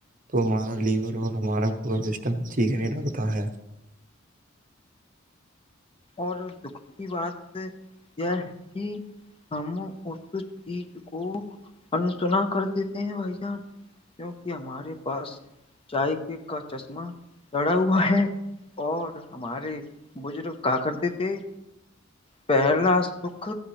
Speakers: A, on the right (about 40°); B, on the left (about 30°).
A: تو ہمارا لیور اور ہمارا پورا سسٹم ٹھیک نہیں لگتا ہے
B: اور دکھ کی بات یہ ہے کہ ہم <inaudible> کچ چیز کو <inaudible> سنا کر دیتے ہیں بھائی جان کی یہ ہمارے پاس چائے کے کا چشمہ لڑا ہوا ہے اور ہمارے بزرگ کا کرتے تھ پہلا سکھ